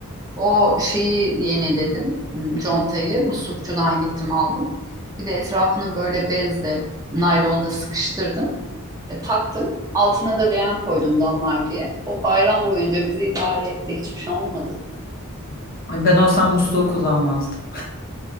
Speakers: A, on the right; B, on the left.
A: O şeyi yeniledim. hmm, Contayı muslukçudan gittim aldım. Bir de etrafını böyle bezle, naylonla sıkıştırdım. E, taktım. Altına da leğen koydum damlar diye. O bayram boyunca bizi idare etti. Hiçbir şey olmadı.
B: Ay, Ben olsam musluğu kullanmazdım.